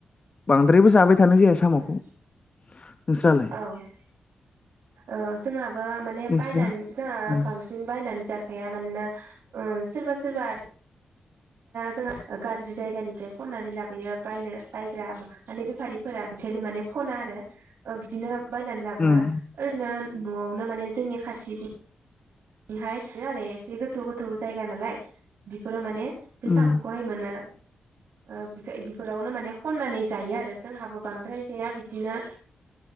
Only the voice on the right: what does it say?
उम
औ। ओ जोंहाबो माने
बायनानै जोंहा बांसिन
बांसिन बायनानै जाखाया मानोना ओ सोरबा सोरबा जोंहा गाज्रि जायगानिफ्राय खननानै लाबोयो बायनो बायग्रा माने बे बेफारिफोरा बेखायनो माने खना आरो ओ बिदिनो बायनानै लाबोआ
ओरैनो न'आवनो माने जोंनि खाथि बेहाय आरो एसे गोथौ गोथौ जायगा नालाय बेफोराव माने बे सामुखौहाय
मोनो। ओबिथो बिफोरावनो माने खननानै जायो आरो जोंहाबो बांद्राय जाया बिदिनो